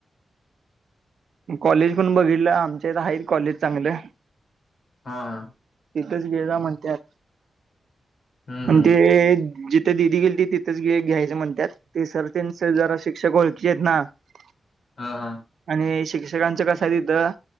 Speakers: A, on the right; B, on the left.
A: कॉलेज पण बघितलं, आमच्या हित आहेत कॉलेज चांगल.
B: हा, हा.
A: हिथच घेजा म्हणत्यात,
B: हम्म
A: आणते
B: हम्म
A: जी तिथ दिदी गेली तिथंच घ्यायच म्हणतात, ते सर त्यां जरा शिक्षक ओळखी आहेत ना. <unintelligible>
B: हा, हा.
A: आणि शिक्षकांचं कसं आहे तिथं.